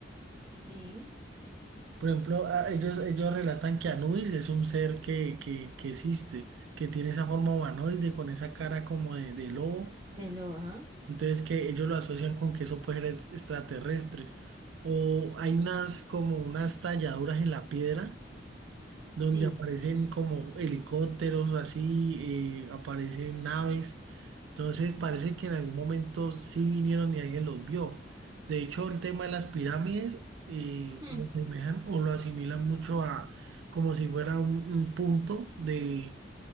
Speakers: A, on the right; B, on the right.
A: sí,
B: Por ejemplo, a- ellos, ellos relatan que Anubis es un ser que, que, que existe, que tiene esa forma humanoide con esa cara como de, de lobo
A: de lo, ajá,
B: Entonces que ellos lo asocian con que eso puede ser ex- extraterrestres. O hay unas como unas talladuras en la piedra donde
A: sí.
B: aparecen como helicópteros así, eh, aparecen naves. Entonces parece que en algún momento sí vinieron y alguien los vio. De hecho, el tema de las pirámides eh,
A: Hmm.
B: lo asemejan o lo asimilan mucho a como si fuera un, un punto de,